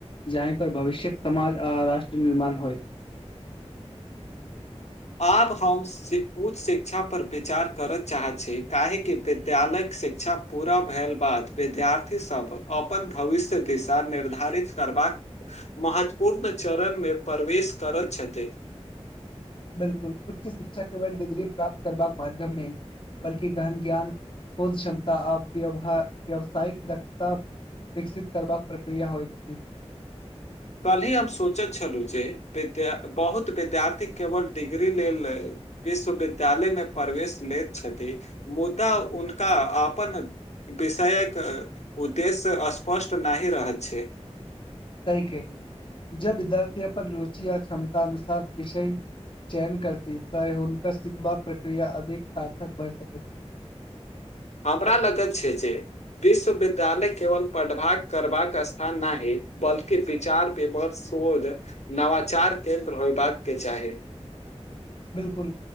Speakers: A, on the left; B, on the left.
A: जाहिं पर भविष्यक समाज आ राष्ट्र निर्माण होइत।
B: आज हम उच्च शिक्षा पर विचार करय चाहै छी काहे कि विद्यालय शिक्षा पूरा भेल बाद विद्यार्थी सब अपन भविष्य दिशा निर्धारित करबाक महत्वपूर्ण चरण मे प्रवेश करैत छथि।
A: बिलकुल उच्च शिक्षा केवल डिग्री प्राप्त करबाक माध्यम नहि बल्कि गहन ज्ञान, शोध क्षमता आ व्य व्यावसायिक दक्षता विकसित करबाक प्रक्रिया होइ छी।
B: कलहिय हम सोचैत छलहु जे विद्या बहोत विद्यार्थी केवल डिग्री लेल। विश्वविद्यालय मे प्रवेश लेत छथि मुद्दा उनका आपन। विषयक उद्देश्य अस्पष्ट नाहि रहैत छै।
A: सही के लिय जब विद्यार्थी अपन रुचि य क्षमता अनुसार विषय। चेयन करती तैँ हुनकर सिखबाक प्रक्रिया अधिक सार्थक भए सकैत छै।
B: हमरा लगत छै जे विश्वविद्यालय केवल पढ़बाक करबाक स्थान नाही। बल्कि विचार विमर शोध नवाचार केन्द्र होयबाक के चाही।
A: बिलकुल